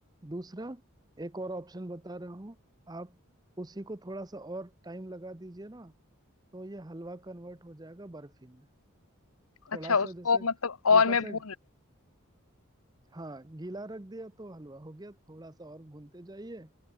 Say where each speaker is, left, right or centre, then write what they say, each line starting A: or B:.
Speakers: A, on the right (about 20°); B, on the left (about 80°).
A: दूसरा एक और ऑप्शन बता रहा हूँ आप उसी को थोड़ा सा और टाइम लगा दीजिए ना तो ये हलवा कन्वर्ट हो जाएगा बर्फी में
B: अच्छा
A: थोड़ा सा
B: उसको
A: जैसे
B: मतलब
A: हल्का
B: और मैं
A: सा
B: भून
A: हाँ गीला रख दिया तो हलवा हो गया थोड़ा सा और भूनते जाइए